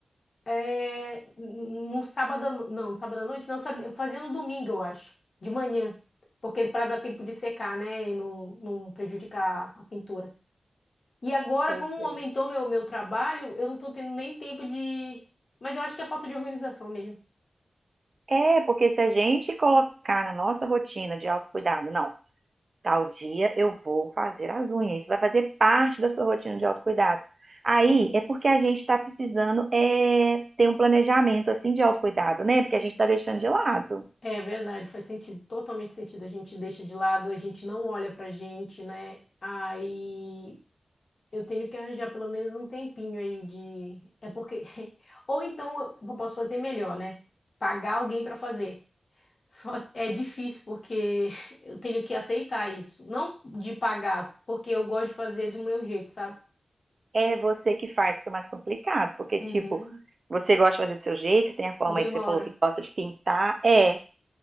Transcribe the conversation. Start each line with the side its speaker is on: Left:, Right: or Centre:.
Left: eh, no sábado, à no- não, no sábado à noite, não, eu sabia, eu fazia no domingo, eu acho, de manhã, porque para dar tempo de secar, né? E não, não prejudicar a pintura. E agora,
Right: Pois
Left: como
Right: é.
Left: aumentou meu, meu trabalho, eu não tô tendo nem tempo de... Mas eu acho que é falta de organização mesmo.
Right: É, porque se a gente colocar na nossa rotina de autocuidado, não. Tal dia eu vou fazer as unhas. Isso vai fazer parte da sua rotina de autocuidado. Aí é porque a gente está precisando é, ter um planejamento assim de autocuidado, né? Porque a gente está deixando de lado.
Left: É verdade, faz sentido, totalmente sentido. A gente deixa de lado, a gente não olha pra gente, né? Aí eu tenho que arranjar pelo menos um tempinho aí de. É porque. <laughs> Ou então eu posso fazer melhor, né? Pagar alguém pra fazer. Só é difícil porque <laughs> eu tenho que aceitar isso. Não de pagar, porque eu gosto de fazer do meu jeito, sabe?
Right: É você que faz, que é mais complicado. Porque,
Left: Uhum.
Right: tipo, você gosta de fazer do seu jeito, você tem a forma
Left: E demora.
Right: aí que você falou que gosta de pintar. É,